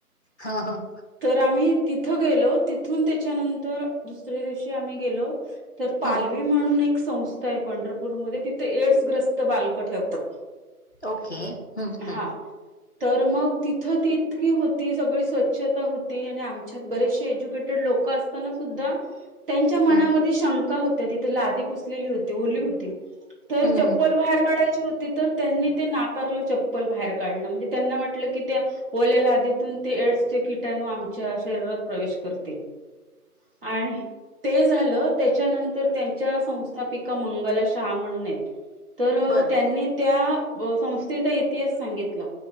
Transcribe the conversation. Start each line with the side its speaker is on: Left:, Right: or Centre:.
Left: हा हा.
Right: तर आम्ही तिथं गेलो तिथून त्याच्यानंतर दुसर्या दिवशी आम्ही गेलो तर पालवी
Left: हम्म
Right: म्हणून एक संस्था आहे पंढरपूरमध्ये तिथे एड्स ग्रस्त बालकं ठेवतात.
Left: ओके हम्म
Right: हा
Left: हम्म.
Right: तर मग तिथं तितकी होती सगळी स्वच्छता होती आणि आमच्यात बरेचशे एज्युकेटेड लोक अस ताना सुद्धा त्यांच्या मनामध्ये
Left: हम्म
Right: शंका होत्या तिथे लादी पुसलेली होती ओली हो ती तर
Left: हम्म
Right: चप्पल
Left: हम्म
Right: बाहेर काढायची होती तर त्यांनी ते नाकारलं चप्पल बाहेर काढणं म्हणजे त्यांना म्हटलं की त्या ओल्याल्या लादीतून ते एड्सच्या किटाणू आमच्या शरीरात प्रवेश करतील. आणि ते झालं त्याच्यानंतर त्यांच्या संस्थापिका मंगला शाह म्हणून आहेत. तर
Left: बरं
Right: त्यांनी त्या व संस्थेचा इतिहास सांगितला.